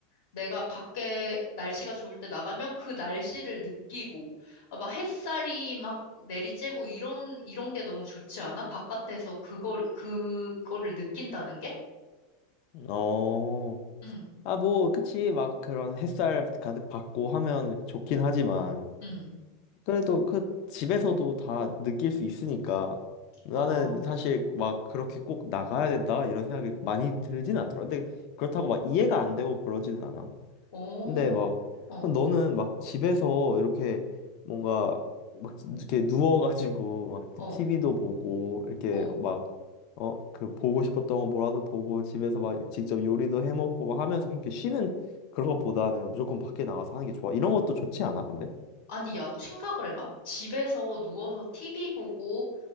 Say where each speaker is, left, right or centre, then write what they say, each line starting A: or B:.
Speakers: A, on the left (about 70°); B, on the left (about 50°).
A: 내가 밖에 날씨가 좋을 때 나가면 그 날씨를 느끼고, 아, 막 햇살이 막 내리쬐고 이런, 이런 게 너무 좋지 않아? 바깥에서 그걸, 그거를 느낀다는 게?
B: 어,
A: 응,
B: 아, 뭐, 그치, 막 그런 햇살 가득 받고 하면 좋긴 하지만,
A: 응.
B: 그래도 그 집에서도 다 느낄 수 있으니까, 나는
A: 아,
B: 사실 막 그렇게 꼭 나가야 된다, 이런 생각이 많이 들진 않더라. 근데 그렇다고 막 이해가 안 되고 그러지는 않아.
A: 오,
B: 근데 막
A: 어,
B: 그럼 너는 막 집에서 이렇게 뭔가 막 이렇게 누워가지고 막
A: 어,
B: TV도 보고 이렇게
A: 어.
B: 막 어 그 보고 싶었던 거 몰아서 보고 집에서 막 직접 요리도 해 먹고 막 하면서 그렇게 쉬는 그런 것보다는 무조건 밖에 나가서 하는 게 좋아. 이런 것도 좋지 않아, 근데?
A: 아니, 야, 생각을 해봐. 집에서 누워서 TV 보고,